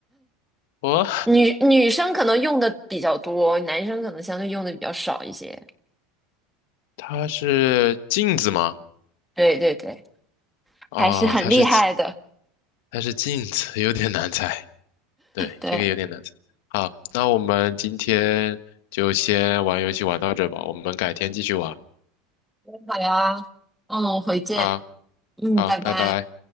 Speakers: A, on the left; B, in the centre.
A: 哦，
B: 女女生可能用的比较多，男生可能相对用的比较少一些。
A: 它是镜子吗？
B: 对对对，
A: 啊，
B: 还是很厉害的。
A: 它是它是镜子，有点难猜。对，
B: 对，
A: 这个有点难猜。好，那我们今天就先玩游戏玩到这吧，我们改天继续玩。
B: 好呀，嗯，回见，
A: 好，
B: 嗯，
A: 好，
B: 拜拜。
A: 拜拜。